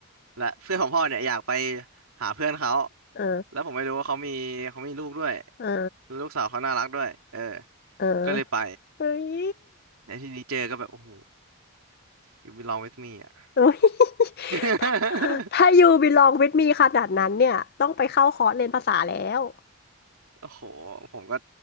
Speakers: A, on the right; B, on the left.
A: และเพื่อนของพ่อเนี่ยอยากไปหาเพื่อนเขา
B: เออ
A: แล้วผมไม่รู้ว่าเขามีเขามีลูกด้วย
B: เออ
A: แลวลูกสาวเขาน่ารักด้วยเออ
B: เออ
A: ก็เลยไป
B: เฮ้ย
A: ในที่นี้เจอก็แบบโอ้โห You belong with me อ่ะ
B: เอ้ย
A: <laughs>
B: ถ้าถ้า You Belong With Me ขนาดนั้นเนี่ยต้องไปเข้าคอร์สเรียนภาษาแล้ว
A: โอ้โห ผมก็